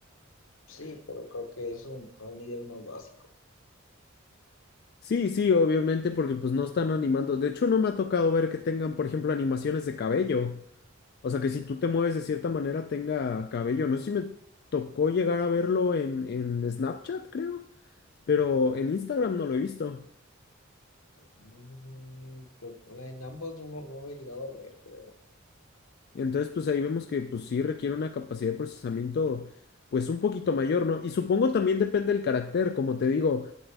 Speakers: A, on the left; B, on the left.
A: Sí, pero creo que es un, a un nivel más básico.
B: Sí, sí, obviamente, porque pues no están animando. De hecho, no me ha tocado ver que tengan, por ejemplo, animaciones de cabello. O sea, que si tú te mueves de cierta manera tenga cabello. No sé si me tocó llegar a verlo en, en Snapchat, creo, pero en Instagram no lo he visto.
A: Mm, pero pues, en ambos no, lo- no lo he llegado a ver, creo.
B: Entonces, pues ahí vemos que pues sí requiere una capacidad de procesamiento pues un poquito mayor, ¿no? Y supongo también depende del carácter, como te digo,